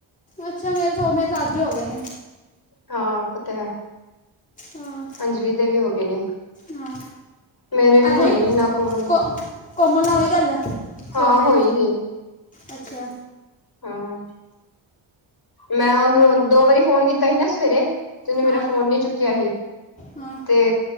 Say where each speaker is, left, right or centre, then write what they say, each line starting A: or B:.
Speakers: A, on the left; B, on the left.
A: ਅੱਛਾ। ਮੇਰੇ ਤਾਂ ਓ ਮੇਰੇ ਤਾਂ ਅੱਜ ਹੀ ਹੋ ਗਏ ਨੇ
B: ਹਾਂ। ਪਤਾ ਏ
A: ਹਾਂ
B: ਅਨਜਲੀ ਦੇ ਵੀ ਹੋ ਗਏ ਨੇ
A: ਹਾਂ,
B: ਮੇਰੇ ਵੀ
A: ਅੱਜਈ
B: ਹੋਏ ਨੀ ਨਾ ਕੋਮਲ ਦੇ
A: ਕੋ-ਕੋਮਲ ਨਾਲ ਹੋਈ ਗੱਲ?
B: ਹਾਂ
A: ਕੋਲ ਤੇ
B: ਹੋਈ, ਹੋਈ।
A: ਅੱਛਾ।
B: ਹੂ, ਮੈਂ ਉਹਨੂੰ ਦੋ ਵਾਰੀ ਫੋਨ ਕੀਤਾ ਸੀ ਨਾ ਸਵੇਰੇ ਤੇ ਉਹਨੇ ਮੇਰਾ
A: ਹਾਂ
B: ਫੋਨ ਨੀ ਚੁੱਕਿਆ ਸੀ।
A: ਹਾਂ
B: ਤੇ